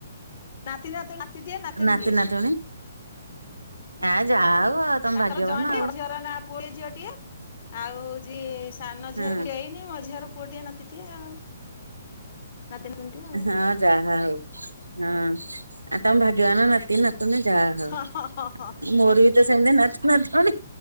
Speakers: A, on the left; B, on the right.
A: ନାତି ନାତୁଣୀ ନାତି ଟିଏ ନାତୁଣୀ
B: ନାତି
A: ଟିଏ।
B: ନାତୁଣୀ ଆ ଯାହା
A: ହୁଁ
B: ହଉ ଆଉ ତମେ
A: ତାଙ୍କର
B: ଭାଗ୍ୟବାନ
A: ଜଏଣ୍ଟ
B: ଆଉ
A: ଝିଅର ନା ପୁଅ ଟିଏ ଝିଅଟିଏ ଆଉ ଆଜି ସାନ
B: ହଁ।
A: ଝିଅର କିଛି ହେଇନି ମଞ୍ଝିଆର ପୁଅଟିଏ ନାତିଟିଏ ଆଉ। ନାତି ନାତୁଣୀଟିଏ ଆଉ।
B: ହଁ ଯାହା ହଉ ହଁ। ଆଉ ତମ ଭାଗ୍ୟବାନ ନାତି ନାତୁଣୀ ଯାହା ହଉ
A: ହଁ ହଁ ହଁ ହଁ
B: ମୋର ବି ତ ସେମିତି ନାତି ନାତୁଣୀ।